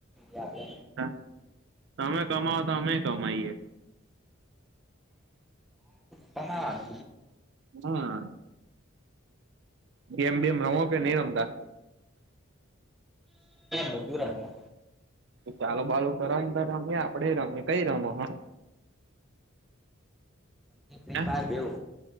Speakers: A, in the centre; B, on the right (about 60°).
A: આપડે
B: હા તમે કમાઓ તો અમે કમાઈએ.
A: કમાવાનુ
B: હા ગમ બેેમ રમો કે નહી રમતા?
A: બધું રમ્યે.
B: ચાલો બાલો કરન તો રમીયે આપડે રમીએ કઈ રમો હા?
A: વેપાર
B: હે
A: બેઉ